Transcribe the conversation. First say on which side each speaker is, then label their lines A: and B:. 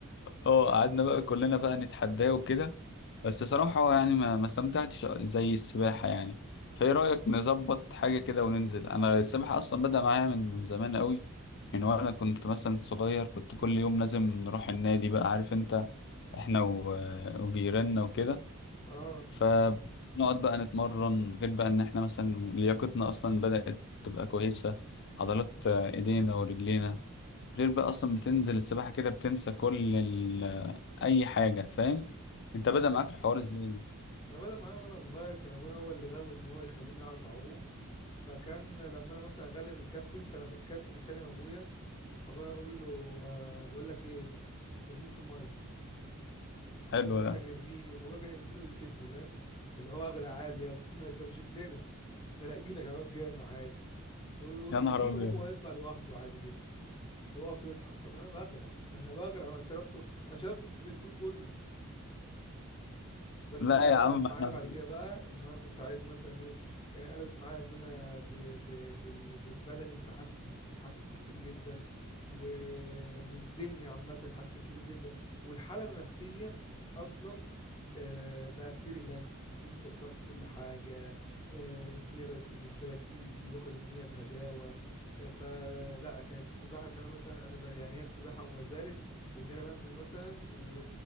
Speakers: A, on the left; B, on the left.
A: اه قعدنا بقى كلنا بقى نتحداه وكده بس صراحة هو يعني ما ما استمتعتش زي السباحة يعني فايه رأيك نظبط حاجة كده وننزل انا السباحة اصلا بدأ معايا من من زمان قوي من وانا كنت مثلا صغير كنت كل يوم لازم نروح النادي بقى عارف انت احنا و- وجيراننا وكده
B: اه
A: فنقعد بقى نتمرن غير بقى ان احنا مثلا لياقتنا اصلا بدأت تبقى كويسة عضلات ايدينا ورجلينا غير بقى اصلا بتنزل السباحة كده بتنسى كل ال... اي حاجة فاهم انت
B: انا
A: بدأ معاك الحوار ازاي
B: انا بدأ معايا وانا صغير كان ابويا هو اللي غاوي ان هو يخليني اعرف اعوم فكان لما انا مثلا غلب الكابتن كان ابو الكابتن يكلم ابويا ابويا يقول له آه، بقول لك ايه ارميه في الميه
A: حلو
B: فهو كان
A: ده
B: يرميه فهو كان يرميني ويسيبني فاهم اللي هو اغرق عادي يا ابني <laughs> ما انت مش ابننا احنا لاقيينك يا باب جامع عادي يقول له
A: يا
B: ارميه
A: نهار ابيض
B: وهو يطلع لوحده عادي جدا ويقف يضحك طب انا بغرق <laughs> انا بغرق انا شربت انا شربت الب- البول كله بس
A: لا
B: لا
A: يا
B: قلبت
A: عم
B: معايا
A: احنا
B: بعد كده بقى ان هو انا كنت عايز مثلا ايه كان قلبت معايا ان انا ب... ب... بال... بالبدني اتحسن اتحسن كتير جدا و... والذهني عامه اتحسن كتير جدا والحاله النفسيه اصلا آه، بقى في ريلاكس في استرخاء في كل حاجه آه، الدنيا بقت بالنسبه لك ايزي واخد الدنيا بهداوه آه، فلا كانت السباحه ان انا مثلا انا بقى يعني هي السباحه وما زالت ان انا بنزل مثلا ال-